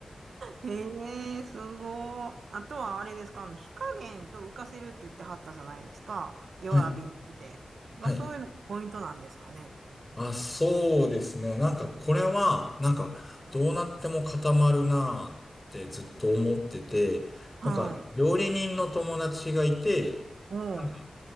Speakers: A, on the right; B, on the left.
A: へえすごい。あとはあれですか、あの火加減と浮かせるって言ってはったじゃないですか。弱火にして。
B: はい、はい。
A: が、そういうのがポイントなんですかね。
B: あ、そうですね。なんか、これは、なんか、どうなっても固まるなーってずっと思ってて、
A: はい。
B: なんか、料理人の友達がいて、
A: おう。
B: なんか、